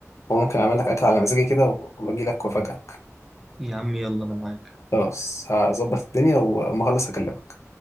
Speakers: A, on the left; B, in the centre.
A: وممكن أعمل لك أكل على مزاجي كده وأجي لك وأفاجئك
B: يا عم يلا انا معاك
A: خلاص هظبط الدنيا وأما أخلص هكلمك